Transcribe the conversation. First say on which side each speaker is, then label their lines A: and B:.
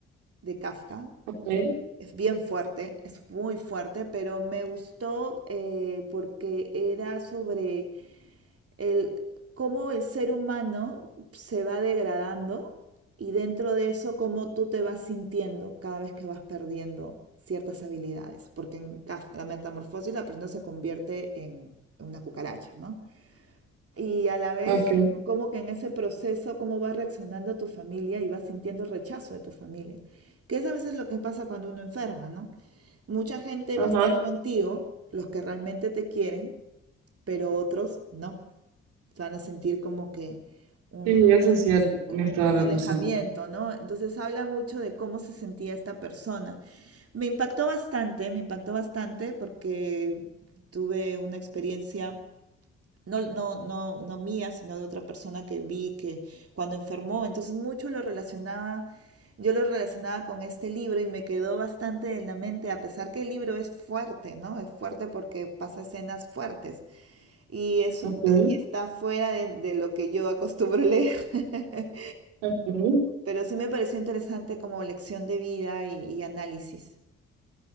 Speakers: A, on the right; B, on the right.
A: de Kafka.
B: Ok.
A: Es bien fuerte, es muy fuerte, pero me gustó eh, porque era sobre el, cómo el ser humano se va degradando y dentro de eso cómo tú te vas sintiendo cada vez que vas perdiendo ciertas habilidades. Porque en Kafka, la metamorfosis la persona se convierte en una cucaracha, ¿no? y a la vez
B: ok.
A: como que en ese proceso cómo va reaccionando tu familia y vas sintiendo el rechazo de tu familia, que es a veces lo que pasa cuando uno enferma, ¿no? Mucha gente
B: Ajá.
A: va a estar contigo, los que realmente te quieren, pero otros no, van a sentir como que un,
B: Sí, eso es cierto. Tienes
A: un-
B: toda
A: un
B: la
A: alejamiento,
B: razón.
A: ¿no? Entonces habla mucho de cómo se sentía esta persona. Me impactó bastante, me impactó bastante porque tuve una experiencia no, no, no, no mía, sino de otra persona que vi que cuando enfermó, entonces mucho lo relacionaba, yo lo relacionaba con este libro y me quedó bastante en la mente, a pesar que el libro es fuerte, ¿no? Es fuerte porque pasa escenas fuertes y, es,
B: Ok.
A: y está fuera de, de lo que yo acostumbro leer, <laughs>
B: ok.
A: pero sí me pareció interesante como lección de vida y, y análisis.